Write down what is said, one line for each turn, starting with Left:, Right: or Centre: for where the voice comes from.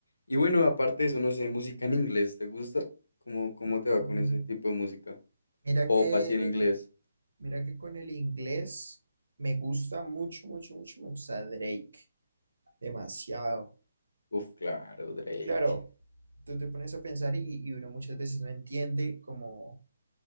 Left: Y bueno, aparte de eso, no sé, música en inglés, ¿te gusta? ¿Cómo, cómo
Right: Mm,
Left: te va con ese tipo de música?
Right: Mira
Left: Pop
Right: que,
Left: así en inglés.
Right: mira que con el inglés me gusta mucho, mucho, mucho, me gusta Drake. Demasiado.
Left: Uf, claro, Drake.
Right: Claro, tú te pones a pensar y, y uno muchas veces no entiende como,